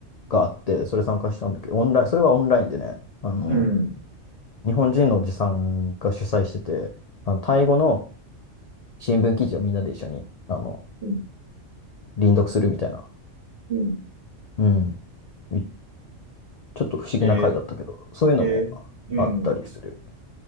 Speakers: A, on the left; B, on the right.
A: があって、それ参加したんだけど、オンライン、それはオンラインでね、あの、
B: うん、
A: 日本人のおじさんが主催してて、あの、タイ語の新聞記事をみんなで一緒に、あの、
B: うん、
A: 輪読するみたいな、
B: うん
A: うん、いちょっと不思議な回だったけど、
B: え
A: そういうのも
B: えうん。
A: あったりする。